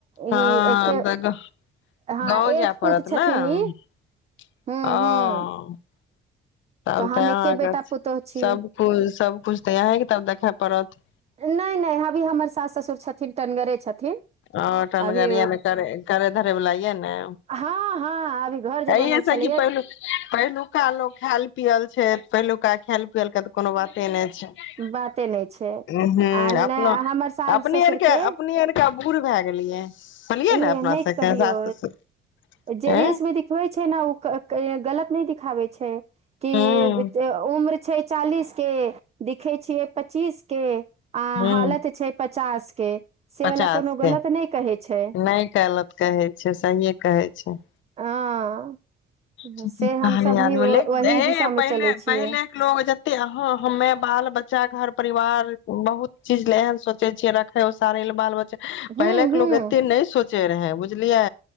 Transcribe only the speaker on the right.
ई एके
हँ
एक
पुत छथिन
ई
हूँ
हूँ
हम
एके बेटा पुतोह छी
नहि नहि अभी हमर सास ससुर छथिन टनगरे छथिन
अभी
हँ हँ अभी घर जे
बनल छलैय
बाते नहि
छै
आ नहि
हमर सास
ससुर
के
ई
नहि
कहियौ
जे रील्स
मे दिखबै छै ने ओ गलत नहि दिखाबै छै कि
उम्र छिए चालीस के दिखाई छियै पच्चीस के आ
हालत छै पचास के से
वला कोनो गलत
नहि कहै छै
<unintelligible>
से
हमसभ
भी
वही
दिशामे
चलै छियै
हूँ
हूँ